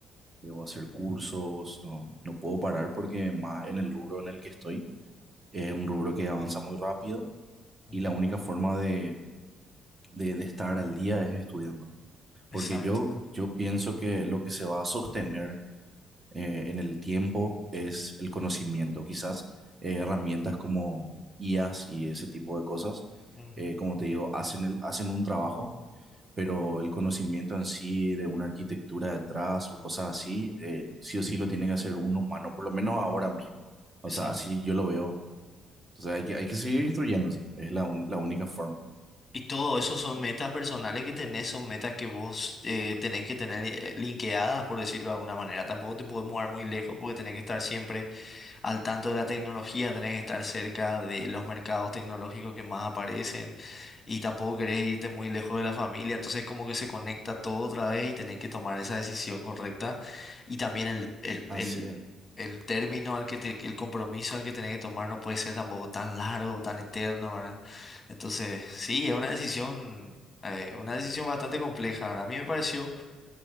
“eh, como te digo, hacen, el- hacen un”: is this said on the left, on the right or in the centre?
Right